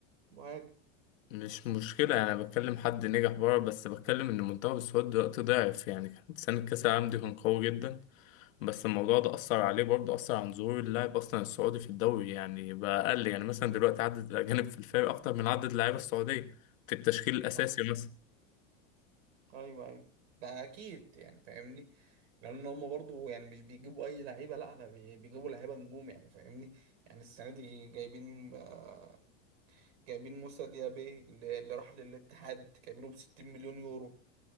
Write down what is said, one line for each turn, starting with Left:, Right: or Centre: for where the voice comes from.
Right: مهاجم
Left: مش مشكلة أنا بتكلم حد نجح بره بس بتكلم إن المنتخب السعودي دلوقتي ضعف يعني كان سنة كأس العالم دي كان قوي جدا بس الموضوع ده أثر عليه برضه أثر عن ظهور اللاعب أصلا السعودي في الدوري يعني بقى أقل يعني مثلا دلوقتي عدد الأجانب في الفريق أكتر من عدد اللعيبة السعودية في التشكيل الأساسي
Right: اه
Left: مثلا.
Right: ايوه ايوه ده اكيد يعني فاهمني لان هم برضو يعني مش بيجيبوا اي لعيبه لا لا بي- بيجيبوا لعيبه نجوم يعني فاهمني يعني السنه دي جايبين آه، جايبين موسى ديابي اللي اللي راح للاتحاد جايبينه ب 60 مليون يورو